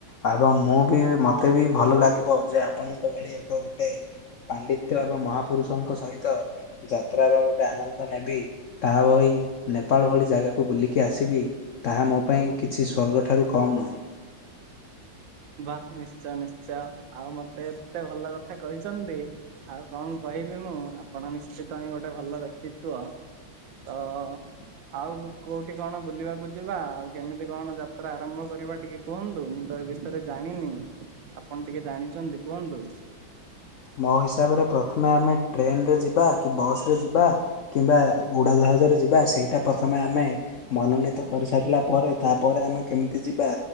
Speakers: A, on the left; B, on the right.
A: ଏବଂ ମୁଁବି ମୋତେବି ଭଲ ଲାଗିବ ଯେ ଆପଣଙ୍କ ଭଳି ଏକ ଗୋଟେ ପାଣ୍ଡିତ ତ୍ୟ ଏବଂ ମହାପୁରୁଷଙ୍କ ସହିତ ଯାତ୍ରାର ଗୋଟେ ଆନନ୍ଦ ନେବି ତାହା ବହି ନେପାଳ ଭଳି ଜାଗାକୁ ବୁଲିକି ଆସିବି ତାହା ମୋପାଇଁ କିଛି ସ୍ୱର୍ଗ ଠାରୁ କମନୁହେଁ।
B: ବାଃ ନିଶ୍ଚୟ ନିଶ୍ଚୟ ଆଉ ମତେ ଏତେ ଭଲ କଥା କହିଛନ୍ତି। ଆଉ କଣ କହିବି ମୁଁ ଆପଣ ନିଶ୍ଚିତହିଁ ଗୋଟେ ଭଲ ବ୍ୟକ୍ତିତ୍ଵ? ଅଁ। ଆଉ କୋଉଠି କଣ ବୁଲିବାକୁ ଯିବା ଆଉ କେମିତି କଣ ଯାତ୍ରା ଆରମ୍ଭ କରିବା ଟିକେ କୁହନ୍ତୁ ମୁଁତ ଏବେ? ବିଷୟରେ ଜାଣିନି ଆପଣ ଟିକେ ଜାଣିଚନ୍ତି କୁହନ୍ତୁ।
A: ମୋ ହିସାବରେ ପ୍ରଥମେ ଆମେ ଟ୍ରେନରେ ଯିବା କି ବସରେ ଯିବା କିମ୍ବା ଉଡ଼ାଜାହାଜରେ ଯିବା ସେଇଟା ପ୍ରଥମେ ଆମେ ମନୋନୀତ କରିସାରିଲା ପରେ ତାପରେ ଆମେ କେମିତି ଯିବା।